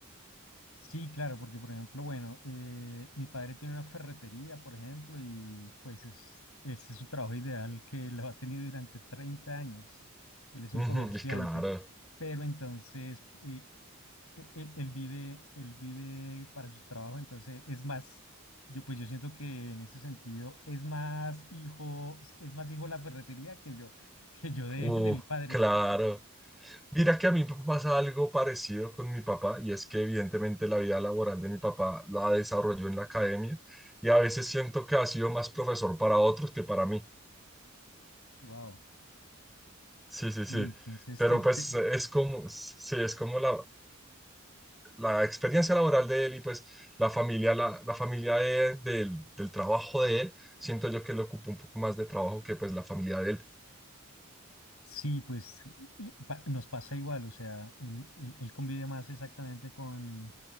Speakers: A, on the left; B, in the centre.
A: Sí, claro, porque por ejemplo, bueno, eh, mi padre tiene una ferretería, por ejemplo, y pues es, ese es su trabajo ideal que lo ha tenido durante 30 años. Él es un
B: Ujú,
A: comerciante,
B: y claro,
A: pero entonces eh, e- él, él vive, él vive para sus trabajos, entonces es más, yo pues yo siento que en ese sentido es más hijo, es más hijo la ferretería que yo, que yo de,
B: uh,
A: de mi padre.
B: claro.
A: <laughs>
B: Mira que a mí me pasa algo parecido con mi papá, y es que evidentemente la vida laboral de mi papá la desarrolló en la academia, y a veces siento que ha sido más profesor para otros que para mí.
A: Wow.
B: Sí, sí, sí.
A: Y entonces
B: Pero
A: te, te-
B: pues es como, sí, es como la, la experiencia laboral de él y pues la familia, la, la familia de- del, del trabajo de él, siento yo que le ocupa un poco más de trabajo que pues la familia de él.
A: Sí, pues eh, pa- nos pasa igual, o sea, él, él- él convive más exactamente con,